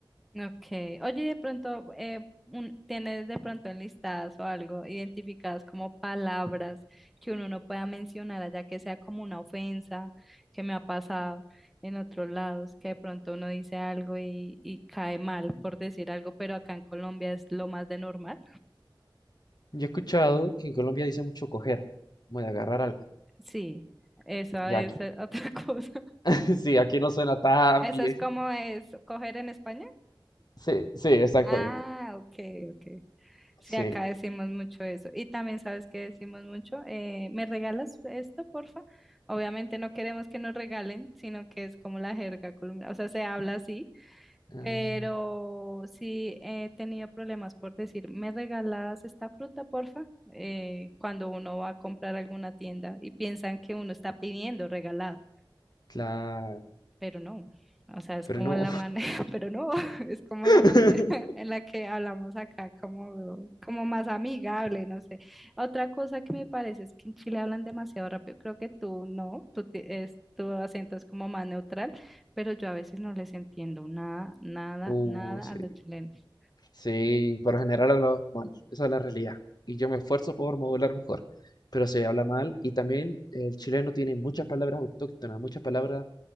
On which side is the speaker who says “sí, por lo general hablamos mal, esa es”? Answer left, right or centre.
Left